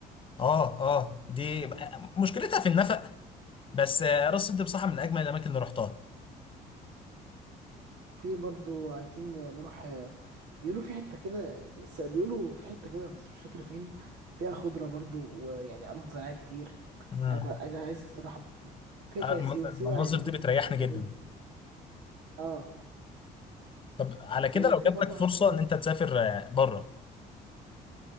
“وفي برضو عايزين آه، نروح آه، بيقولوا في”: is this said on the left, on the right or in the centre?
Right